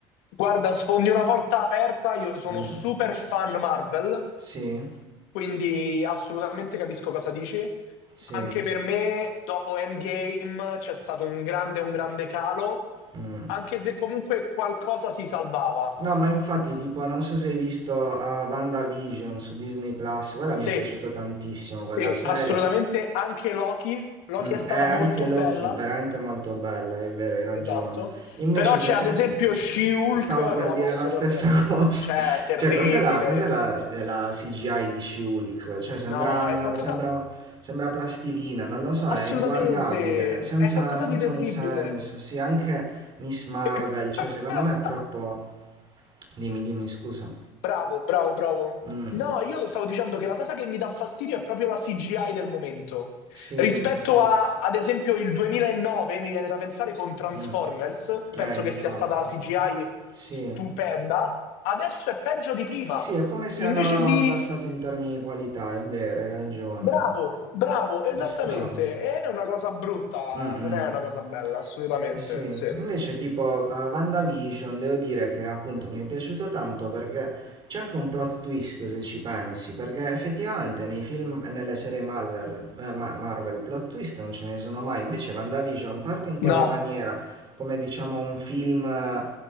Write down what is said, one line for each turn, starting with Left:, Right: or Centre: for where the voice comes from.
Left: Guarda, sfondi una porta aperta, io sono
Right: Mm,
Left: super fan Marvel,
Right: sì.
Left: quindi assolutamente capisco cosa dici.
Right: Sì,
Left: Anche per me, dopo Endgame, c'è stato un grande, un grande calo,
Right: mh.
Left: anche se comunque qualcosa si salvava.
Right: No, ma infatti, tipo, non so se hai visto Vanda WandaVision su Disney Plus, quella
Left: Sì,
Right: mi è piaciuta tantissimo,
Left: sì,
Right: quella serie.
Left: assolutamente. Anche Loki, Loki
Right: Mm,
Left: è stata
Right: è anche
Left: molto
Right: Loki,
Left: bella,
Right: veramente molto bella, è vero, hai ragione.
Left: esatto.
Right: Invece,
Left: Però c'è
Right: se pensi,
Left: ad esempio She-Hulk,
Right: stavo per
Left: non la
Right: dire
Left: posso
Right: la stessa
Left: guardare.
Right: <laughs> cosa.
Left: Cioè, è terribile.
Right: Cioè, cos'è la, cos'è la, eh, la CGI di She-Hulk? Cioè, sembra,
Left: No, è qualcosa...
Right: sembra, sembra plastilina, non lo so,
Left: Assolutamente,
Right: è inguardabile, senza,
Left: è qualcosa
Right: senza
Left: di terribile.
Right: un senso. Sì, anche Miss Marvel,
Left: E
Right: cioè,
Left: poi
Right: secondo
Left: la-
Right: me è troppo. Dimmi, dimmi, scusa.
Left: Bravo, bravo, bravo.
Right: Mm,
Left: No, io stavo dicendo che la cosa che mi dà fastidio è proprio la CGI del momento.
Right: sì,
Left: Rispetto
Right: infatti.
Left: a, ad esempio, il 2009, mi viene da pensare con Transformers,
Right: Mm,
Left: penso
Right: eh, infatti.
Left: che sia stata la CGI
Right: Sì.
Left: stupenda. Adesso è peggio di prima.
Right: Sì, è come se
Left: Invece
Right: hanno
Left: di...
Right: abbassato in termini di qualità, è vero, hai ragione.
Left: Bravo, bravo, esattamente.
Right: È strano.
Left: È una cosa brutta,
Right: Mm, mm.
Left: non è una cosa bella, assolutamente,
Right: Eh, Sì,
Left: sì.
Right: invece tipo eh, WandaVision devo dire che appunto mi è piaciuto tanto perché c'è anche un plot twist se ci pensi, perché effettivamente nei film e nelle serie Marvel, eh, Ma- Marvel plot twist non ce ne sono mai, invece WandaVision parte in quella
Left: No,
Right: maniera, come diciamo un film eh,